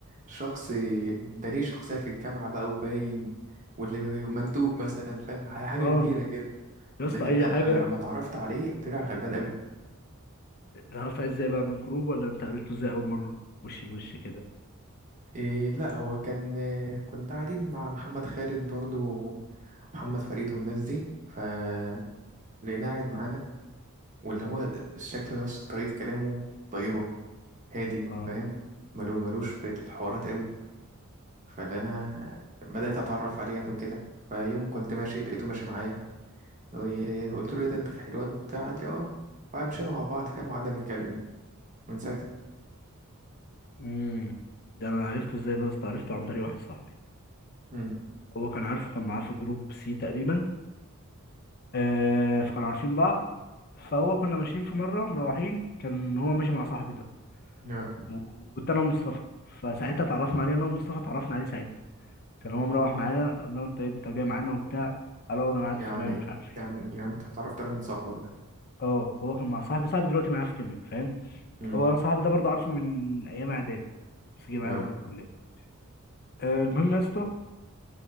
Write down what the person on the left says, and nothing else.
اه
يا اسطى
اي
حاجه
عرفت ازاي بقى من الجروب ولا انت قابلته ازاي اول مره وش لوش كده
اه
امم ده انا عرفته ازاي بقى يا اسطى عرفته عن طريق واحد صاحبي
هو كان عارفه كان معاه في جروب سي تقريبا آه فكانوا عارفين بعض فهو كنا ماشيين في مره مروحين كان هو ماشي مع صاحبي ده
وكنت انا ومصطفى فساعتها اتعرفنا عليه انا ومصطفى اتعرفنا عليه ساعتها كان هو مروح معانا قلنا له انت إيه، انت جاي معانا وبتاع قال اه ده انا قاعد
في مايو ومش عارف ايه
اه هو كان مع صاحبي صاحبي دلوقتي معايا في كيميا فاهم
هو انا صاحبي ده برضه عارفه من ايام اعدادي بس جه معايا
برضه الكليه آه المهم يا اسطى